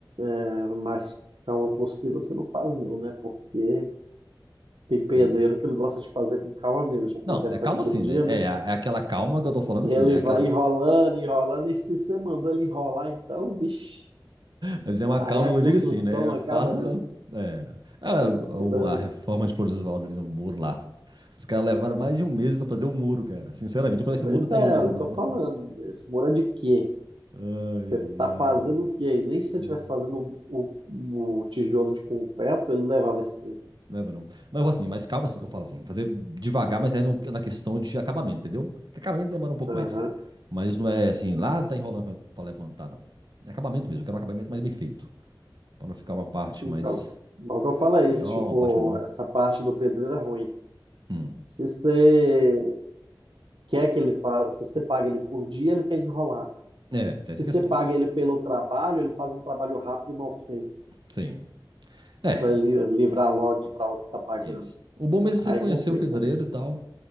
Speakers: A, on the right; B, on the right.
A: É, mas calma possível você não faz, não, né? Porque tem pedreiro
B: Hum.
A: que ele gosta de fazer com calma mesmo, já que
B: Não,
A: ele recebe
B: é calma
A: por
B: assim,
A: dia,
B: né?
A: né?
B: É, é aquela calma que eu tô falando
A: E
B: assim,
A: ele
B: né?
A: vai
B: Aquela
A: enrolando, enrolando, e se você mandou ele enrolar, então, vixe,
B: Mas é uma
A: aí
B: calma,
A: a construção
B: eu digo assim, né?
A: não acaba
B: Faça
A: nunca.
B: é, a,
A: Tipo,
B: a reforma de Floridsvaldo ali no muro lá. Os caras levaram mais de um mês pra fazer o muro, cara. Sinceramente, eu falei, esse
A: pois
B: muro não termina
A: é,
B: mais,
A: é o que eu
B: não.
A: tô falando.
B: <laughs>
A: Esse muro é de quê?
B: Ai,
A: Você
B: ai,
A: tá
B: ai.
A: fazendo o quê? E nem se você
B: É,
A: estivesse fazendo o, o- o tijolo de concreto, ele levava esse tempo.
B: não é, não. Mas assim, mais calma assim que eu falo assim. Fazer devagar, mas é no- na questão de acabamento, entendeu? que acabamento demora um pouco
A: Aham.
B: mais. Mas não é assim, lá tá enrolando pra, pra levantar, não. É acabamento mesmo, eu quero um acabamento mais bem feito. Pra não ficar uma parte
A: Então,
B: mais
A: logo que eu falo é
B: maior,
A: isso, tipo,
B: uma parte menor.
A: essa parte do pedreiro é ruim.
B: Hum.
A: Se você quer que ele faça, se você paga ele por dia, ele quer enrolar.
B: É, tem
A: Se
B: essa
A: você
B: questão.
A: paga ele pelo trabalho, ele faz um trabalho rápido e mal feito.
B: Sim. É,
A: para livrar logo e para outro que tá pagando.
B: Isso. O bom mesmo é você
A: Aí
B: conhecer
A: complica.
B: o pedreiro e tal.